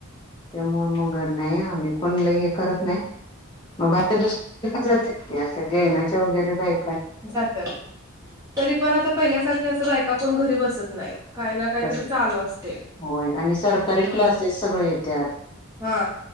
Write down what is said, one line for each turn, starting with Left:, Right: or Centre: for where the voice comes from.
Left: त्यामु मग नाही आम्ही कोण ल हे करत नाही मग बाहे दुसाते क असं जेनाच्या वगैरे बाई
Right: जात तरी पण आता पहिल्यासारख्या अस बायकाकून घरी बसत नाहीत काय ना काहीतरी
Left: स
Right: चालू असते
Left: होय आणि सरकारी
Right: ह
Left: क्लासेस सगळे येत्या
Right: हा